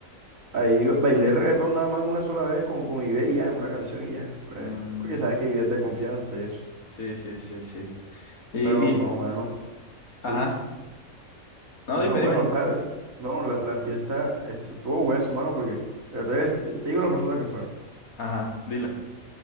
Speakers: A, on the right; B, on the left.
A: ahí yo bailé reggaetón nada más una sola vez con, con Ibe y ya, una canción y ya, breve.
B: Mm,
A: Porque sabes que Ibe es de confianza y eso.
B: sí, sí, sí, sí. Y,
A: Pero no,
B: y,
A: mano, sí,
B: ajá. No,
A: mano,
B: dime,
A: bueno,
B: dime.
A: tal. No, la, la fiesta estu- estuvo hueso, mano, porque, pero te, te digo las personas que fueron.
B: Ajá, dila.